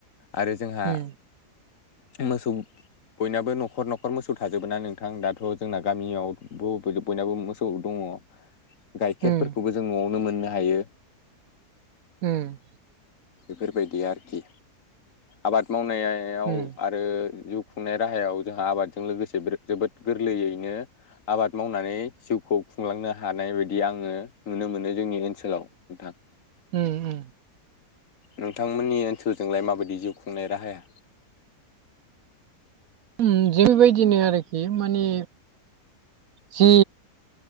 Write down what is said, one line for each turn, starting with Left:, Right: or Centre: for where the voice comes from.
Left: आरो जोंहा
Right: उम,
Left: मोसौ बयनाबो न'खर न'खर मोसौ थाजोबो ना नोंथां दाथ' जोंना गामियाव बयनाबो मोसौ दङ गाइखेरफोरखौबो
Right: उम,
Left: जों न'आवनो मोननो हायो
Right: होम
Left: बेफोरबायदि आरोखि आबाद मावनाया
Right: उम,
Left: आरो जिउ खुंनाय राहायाव जोंहा आबादजों लोगोसे जोबोद गोरलैयैनो आबाद मावनानै जिउखौ खुंलांनो हानाय बायदि आङो नुनो मोनो जोंनि ओनसोलाव नोंथां
Right: ओम ओम
Left: नोंथांमोननि ओनसोलजोंलाय माबायदि जिउ खुंनाय राहाया
Right: ओम जेबायदिनो आरोखि माने जि